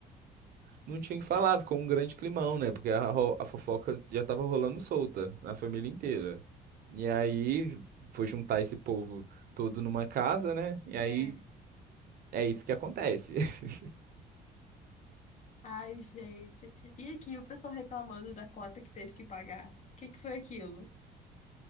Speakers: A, on the right (about 60°); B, on the left (about 45°).
A: Não tinha o que falar, ficou um grande climão, né? Porque a, ro- a fofoca já tava rolando solta na família inteira. E aí foi juntar esse povo todo numa casa, né? E
B: É.
A: aí é isso que acontece. <laughs>
B: Ai, gente. E aqui o pessoal reclamando da cota que teve que pagar. O que que foi aquilo?